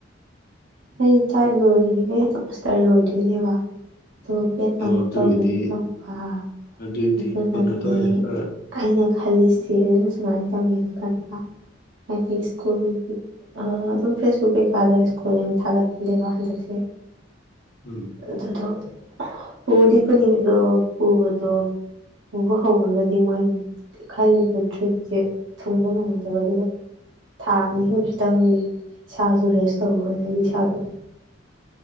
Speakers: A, on the right (about 90°); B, on the left (about 55°).
A: ꯑꯩ ꯗꯥꯏꯠ ꯂꯣꯏꯔꯦ ꯑꯩ ꯃꯥꯁꯇꯔ ꯂꯣꯏꯗꯣꯏꯅꯦꯕ ꯑꯗꯣ ꯕꯦꯠ
B: ꯑꯣ
A: ꯑꯃꯨꯛ
B: ꯑꯗꯨꯏꯗꯤ
A: ꯇꯧꯒꯦꯅ ꯇꯧꯕ
B: ꯑꯗꯨꯏꯗꯤ
A: ꯑꯗꯨꯅꯗꯤ
B: ꯈꯨꯟ ꯑꯗꯨꯋꯥꯏꯗ ꯈꯔ
A: ꯑꯩꯅ ꯈꯜꯂꯤꯁꯦ ꯑꯗꯨꯅ ꯁꯨꯃꯥꯏꯅ ꯇꯧꯒꯦꯅ ꯈꯟꯕ ꯍꯥꯏꯗꯤ ꯁ꯭ꯀꯨꯜꯒꯤ ꯑ ꯑꯗꯨꯝ ꯐꯦꯁꯕꯨꯛ ꯀꯩꯀꯥꯗ ꯁ꯭ꯀꯨꯜ ꯌꯥꯝ ꯊꯥꯒꯠꯂꯦꯕ ꯍꯟꯗꯛꯁꯦ
B: ꯎꯝ
A: ꯑꯗꯨꯗꯣ ꯄꯨꯗꯤ ꯄꯨꯅꯤꯡꯉꯦ ꯑꯗꯣ ꯄꯨꯕꯗꯣ ꯄꯨꯕ ꯍꯧꯔꯒꯗꯤ ꯃꯣꯏ ꯈꯜꯂꯤꯕ ꯗ꯭ꯔꯤꯝꯁꯦ ꯊꯨꯡꯕ ꯉꯝꯃꯣꯏꯗꯕ ꯑꯗꯨꯅ ꯊꯥ ꯑꯅꯤ ꯑꯍꯨꯝꯁꯤꯇꯪꯗꯤ ꯏꯁꯥꯁꯨ ꯔꯦꯁ ꯇꯧꯕꯅ ꯍꯥꯏꯗꯤ ꯏꯁꯥꯗ